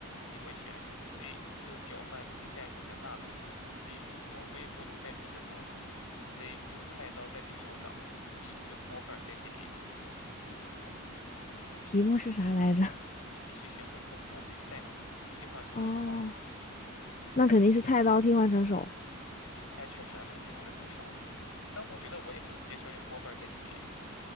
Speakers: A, on the left (about 70°); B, on the left (about 35°).
A: 你会选 A 用搅拌机代替你的大脑，B 用微波炉代替你的肚子，C 用菜刀代替手掌，D 用锅盖代替脸。嗯，
B: 题目是啥来着？
A: 你必须选择一个部位代替换成厨房用品。
B: 哦，那肯定是菜刀替换成手。
A: 哎，确实啊，这个影响是最少的，但我觉得我也能接受用锅盖代替脸。